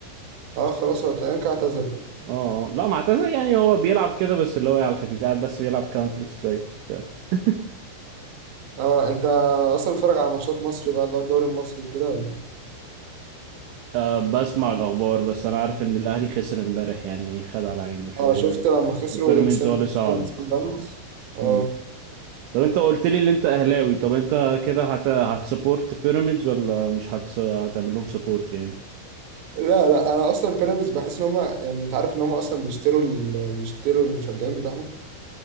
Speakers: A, on the right; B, on the right.
A: اه خلاص هو تقريبا كده اعتزل بقى
B: اه آه. لا ما اعتزل يعني هو بيلعب كده بس اللي هو إيه، على الخفيف قاعد بس بيلعب كاونتر سترايك وبتاع <laughs>
A: اه أنت أصلا بتتفرج على ماتشات مصري بقى اللي هو الدوري المصري وكده ولا
B: أه بسمع الأخبار بس أنا عارف إن الأهلي خسر امبارح يعني خد على عينه شوية
A: اه شفت لما خسروا
B: وبيراميدز
A: ضد سان
B: هو اللي صعد
A: سان سان داونز اه
B: مم. طب أنت قلت لي إن أنت أهلاوي طب أنت كده هت هتسبورت بيراميدز ولا مش هتس... هتعمل لهم سبورت يعني
A: لا لا انا اصلا بيراميدز بحس ان هم يعني انت عارف ان هم اصلا بيشتروا ال... بيشتروا المشجعين بتاعهم